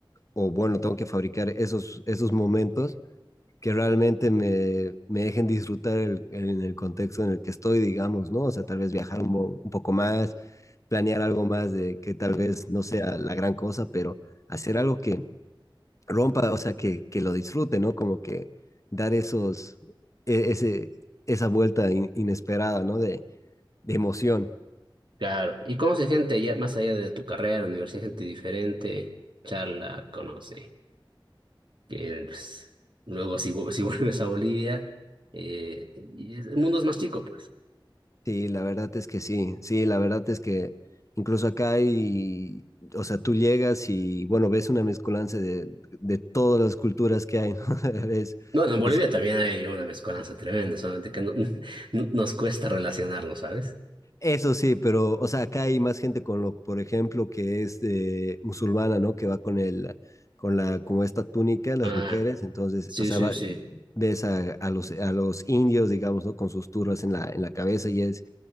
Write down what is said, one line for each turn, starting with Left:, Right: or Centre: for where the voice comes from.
Left: o bueno, tengo que fabricar esos, esos momentos que realmente me, me dejen disfrutar el, el- en el contexto en el que estoy, digamos, ¿no? O sea, tal vez viajar un, po- un poco más, planear algo más de que tal vez no sea la gran cosa, pero hacer algo que rompa, o sea, que, que lo disfrute, ¿no? Como que dar esos, e- ese, esa vuelta in- inesperada, ¿no? De, de emoción.
Right: Claro, ¿y conoces gente allá, más allá de tu carrera, universidad, gente diferente, charla, conoce, que pues, luego si, vu- si <laughs> vuelves a Bolivia, eh, y el mundo es más chico, pues?
Left: Sí, la verdad es que sí, sí, la verdad es que incluso acá hay, o sea, tú llegas y, bueno, ves una mezcolanza de, de todas las culturas que hay, ¿no? <laughs> Ves,
Right: No, en
Left: ves
Right: Bolivia
Left: gente-
Right: también hay una mezcolanza tremenda, solamente que no- <laughs> no- nos cuesta relacionarlo, ¿sabes?
Left: Eso sí, pero, o sea, acá hay más gente con lo, por ejemplo, que es eh, musulmana, ¿no? Que va con el, con la, como esta túnica, las
Right: Ah,
Left: mujeres, entonces,
Right: sí,
Left: o sea,
Right: sí,
Left: va-
Right: sí.
Left: ves a, a los, a los indios, digamos, ¿no? Con sus turbas en la, en la cabeza y es,